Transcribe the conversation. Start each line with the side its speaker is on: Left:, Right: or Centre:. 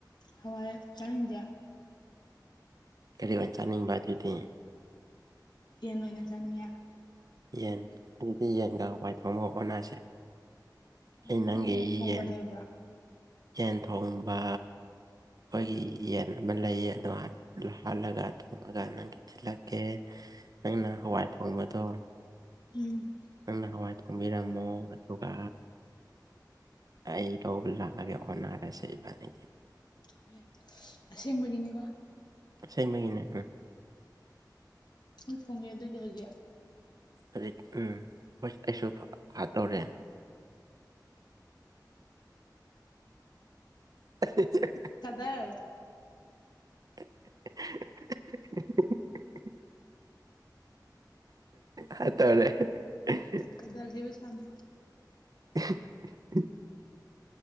Left: ꯍꯋꯥꯏ ꯆꯥꯅꯤꯡꯗꯦ
Right: ꯀꯔꯤ ꯑꯣꯏꯟ ꯆꯥꯅꯤꯡꯕ ꯑꯗꯨꯏꯗꯤ
Left: ꯌꯦꯟ ꯑꯣꯏꯅ ꯆꯥꯅꯤꯡꯉꯦ
Right: ꯌꯦꯟ ꯑꯗꯨꯗꯤ ꯌꯦꯟꯒ ꯍꯋꯥꯏ ꯊꯣꯡꯕꯒ ꯑꯣꯟꯅꯥꯁꯦ
Left: ꯍꯣꯏ
Right: ꯑꯩ ꯅꯪꯒꯤ
Left: ꯊꯣꯡꯕ
Right: ꯌꯦꯟ
Left: ꯂꯩꯕ꯭ꯔꯥ
Right: ꯌꯦꯟ ꯊꯣꯡꯕ ꯑꯩꯈꯣꯏꯒꯤ ꯌꯦꯟ ꯑꯃ ꯂꯩꯌꯦ ꯑꯗꯣ ꯍꯥ ꯍꯥꯜꯂꯒ ꯊꯣꯡꯉꯒ ꯅꯪꯒꯤ ꯊꯤꯜꯂꯛꯀꯦ ꯅꯪꯅ ꯍꯋꯥꯏ ꯊꯣꯡꯕꯗꯣ
Left: ꯎꯝ
Right: ꯅꯪꯅ ꯍꯋꯥꯏ ꯊꯣꯡꯕꯤꯔꯝꯃꯣ ꯑꯗꯨꯒ ꯑꯩ ꯂꯧꯕ ꯂꯥꯛꯑꯒꯦ ꯑꯣꯟꯅꯔꯁꯦ ꯏꯕꯅꯤ
Left: ꯍꯣꯏ ꯑꯁꯦꯡꯕꯒꯤꯅꯤꯀꯣ
Right: ꯏꯁꯦꯡꯕꯒꯤꯅꯦ ꯎꯝ
Left: ꯎꯝ ꯑꯩ ꯊꯣꯡ ꯒꯦ ꯑꯗꯨꯗꯤ ꯍꯧꯖꯤꯛ
Right: ꯍꯧꯖꯤꯛ ꯎꯝ ꯍꯣꯏ ꯑꯩꯁꯨ ꯐ ꯍꯥꯠꯇꯧꯔꯦ <unintelligible>
Left: ꯀꯗꯔ
Right: <unintelligible> ꯍꯥꯠꯇꯧꯔꯦ ꯑꯦ <unintelligible>
Left: ꯀꯗꯔ ꯍꯩꯕ ꯁꯥꯅꯨ
Right: <unintelligible>